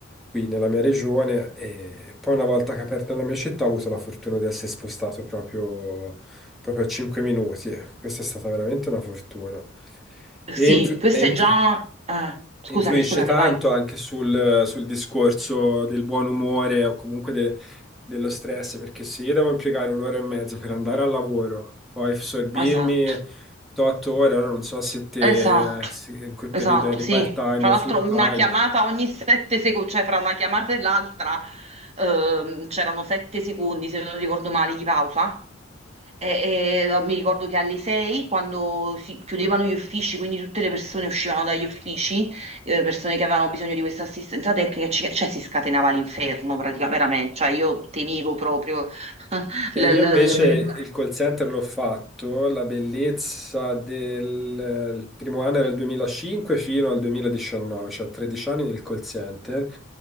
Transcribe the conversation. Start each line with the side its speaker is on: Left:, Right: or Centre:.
Centre: qui nella mia regione e poi una volta che ho aperto la mia città ho avuto la fortuna di essere spostato proprio, proprio a 5 minuti. Questa è stata veramente una fortuna.
Right: sì,
Centre: E in più-
Right: questo
Centre: e in
Right: è
Centre: più-
Right: già... eh, scusami,
Centre: influisce
Right: scusami,
Centre: tanto
Right: vai.
Centre: anche sul, sul discorso del buon umore o comunque de- dello stress, perché se io devo impiegare un'ora e mezza per andare al lavoro, poi sorbirmi
Right: Esatto.
Centre: 8 ore, ora non so se te
Right: Esatto,
Centre: eh, se in quel periodo
Right: esatto,
Centre: eri
Right: sì.
Centre: part-time
Right: Tra
Centre: o
Right: l'altro
Centre: full-time,
Right: una chiamata ogni sette secondi, cioè fra una chiamata e l'altra ehm, c'erano sette secondi, se non ricordo male, di pausa. E, e no, mi ricordo che alle sei, quando si chiudevano gli uffici, quindi tutte le persone uscivano dagli uffici, eh, persone che avevano bisogno di questa assistenza tecnica, ci- cioè si scatenava l'inferno praticamente, veramente. Cioè io temevo proprio <laughs> l-
Centre: E
Right: l-
Centre: io invece
Right: l-
Centre: il call center l'ho fatto, la bellezza del il primo anno era il 2005 fino al 2019, cioè 13 anni nel call center.